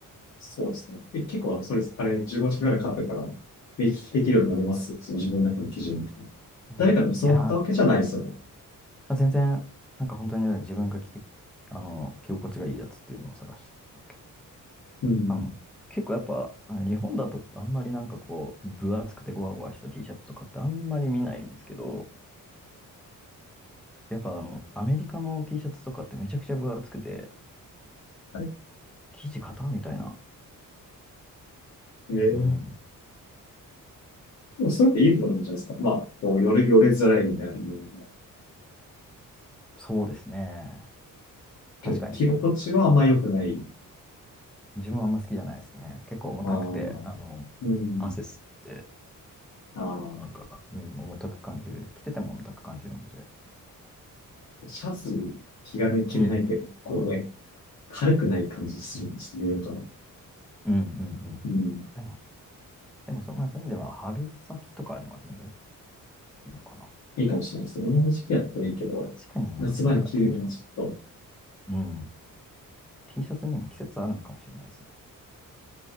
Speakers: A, on the left; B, in the centre.
A: そうですね。え、結構、それ、あれ、15社ぐらい買ってから、でき、できるようになりますその自分の中の基準みたいな。
B: なんだろう。
A: 誰かに教わったわけじゃないですよね。
B: いや、全然、なんか本当にね、自分が着て、あの、着心地がいいやつっていうのを探してただけ。
A: うん。
B: あの、結構やっぱ、あ日本だとあんまりなんかこう、分厚くてゴワゴワした T シャツとかってあんまり見ないんですけど、やっぱあの、アメリカの T シャツとかってめちゃくちゃ分厚くて、
A: はい。
B: 生地硬みたいな。
A: えー
B: うん。
A: でもそれっていいことなんじゃないですか。まあ、こう、よれ、よれづらいみたいな意味では。
B: そうですね。確かに。
A: けど着心地はあんま良くない。
B: 自分はあんま好きじゃないですね。結構重たくて、
A: ああ、
B: あの、
A: うん。
B: 汗吸って、
A: ああ、
B: なんか、うん、重たく感じる。着てても重たく感じるので。
A: シャツ、気軽に着れないって、
B: うん、
A: こうね、軽くない感じするんですよ、かな。
B: うん、うん、うん。
A: うん。
B: でも、でもそ、まあ、そういう意味では、春先とかには全然いいのかな。
A: いいかもしれないですね今の時期やったらいいけど、
B: 確かにな、
A: 夏場に着るようなちょっと。
B: なんか T、うん、T シャツにも季節あるのかもしれないですね。